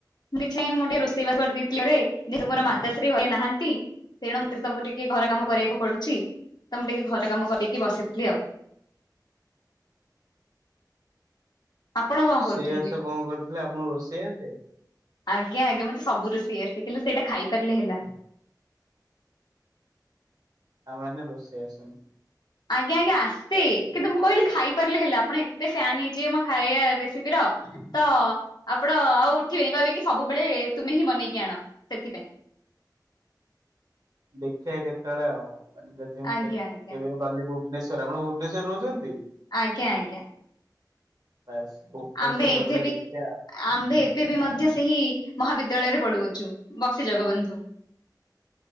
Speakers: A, on the left; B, on the right.
A: କିଛି ନାଇଁ ମୁଁ ଟିକେ ରୋଷେଇବା କରିଦେଇଥିଲି ଘରେ। ଯେହେତୁ ମୋର ମାତାଶ୍ରୀ ଘରେ ନାହାନ୍ତି। ତେଣୁ ମତେ ସବୁ ଟିକେ ଘର କାମ କରିବାକୁ ପଡୁଛି। ତ ମୁଁ ଟିକେ ଘର କାମ କରକି ବସିଥିଲି ଆଉ। ଆପଣ
B: ରୋଷେଇବାସ
A: କଣ କରୁଛନ୍ତି?
B: କଣ କରିଥିଲେ? ଆପଣଙ୍କୁ ରୋଷେଇ ଆସେ?
A: ଆଜ୍ଞା ଆଜ୍ଞା ମତେ ସବୁ ରୋଷେଇ ଆସେ। କିନ୍ତୁ ସେଟା ଖାଇପାରିଲେ ହେଲା।
B: ତାମାନେ ରୋଷେଇ ଆସେନି?
A: ଆଜ୍ଞା ଆଜ୍ଞା ଆସେ। କିନ୍ତୁ ମୁଁ କହିଲି ଖାଇ ପାରିଲେ ହେଲା। ଆପଣ ଏତେ ଫ୍ୟାନ ହେଇଯିବେ ମୋ ଖାଇବା ରେସିପିର। ତ ଆପଣ ଆଉ ଉଠିବେନି କହିବେ କି ସବୁବେଳେ ତୁମେ ହିଁ ବନେଇକି ଆଣ ସେଥିପାଇଁ।
B: ଦେଖିବା କେତେବେଳେ ଆଉ ଯଦି ମୁଁ
A: ଆଜ୍ଞା
B: କେ କେବେ
A: ଆଜ୍ଞା
B: ଗଲି ଭୁବନେଶ୍ଵର। ଆପଣ ଭୁବନେଶ୍ୱରରେ ରହୁଛନ୍ତି?
A: ଆଜ୍ଞା ଆଜ୍ଞା।
B: ବାସ୍ ଭୁବନେଶ୍ଵର
A: ଆମ୍ଭେ ଏବେ
B: ଗଲେ
A: ବି
B: ଦେଖିବା।
A: ଆମ୍ଭେ ଏବେ ବି ମଧ୍ୟ ସେହି ମହାବିଦ୍ୟାଳୟରେ ପଢୁଅଛୁ, ବକ୍ସି ଜଗବନ୍ଧୁ।